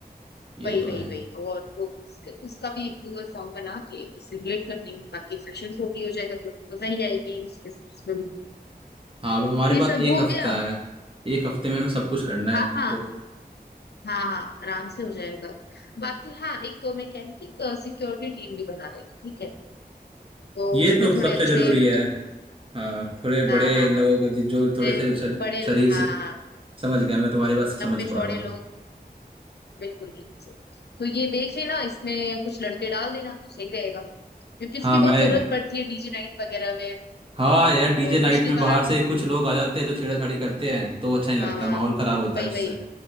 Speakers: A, on the right; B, on the left.
A: ये
B: वही
A: तो
B: वही
A: है
B: वही और वो उसके- उसका भी गूगल फॉर्म बना के उससे रिलेट कर देंगे बाकी फैशन शो भी हो जाएगा तो मजा ही आएगी उसके साथ।
A: हाँ अब हमारे
B: ये
A: पास
B: सब
A: एक
B: हो
A: हफ्ता
B: गया
A: है एक हफ्ते में हमें सब कुछ करना
B: हाँ
A: है
B: हाँ
A: तो
B: हाँ हाँ आराम से हो जाएगा बाकी हाँ एक मैं कह रही थी सिक्योरिटी टीम भी बना लेगी ठीक है तो
A: ये
B: उसमें
A: तो सबसे
B: थोड़े अच्छे
A: जरूरी
B: मतलब
A: है हाँ थोड़े
B: हाँ
A: बड़े
B: हाँ
A: लोग
B: हाँ
A: जि- जो
B: इसमें
A: थोड़े से शर-
B: बड़े
A: शरीर से
B: हाँ
A: समझ गया मैं तुम्हारी बात समझ
B: लंबे
A: पा
B: चौड़े
A: रहा हूँ
B: लोग बिल्कुल ठीक से तो ये देख लेना इसमें कुछ लड़के डाल देना सही रहेगा क्योंकि इसकी
A: हाँ
B: बहुत
A: मैं
B: जरूरत पड़ती है डीजे नाइट वगैरह में
A: हाँ यार
B: उनको
A: डीजे नाइट
B: पिछली
A: में बाहर
B: बार
A: से कुछ लोग आ जाते हैं तो छेड़ाछाड़ी करते हैं तो अच्छा नहीं
B: हाँ
A: लगता
B: हाँ
A: माहौल खराब होता
B: वही
A: है उससे
B: वही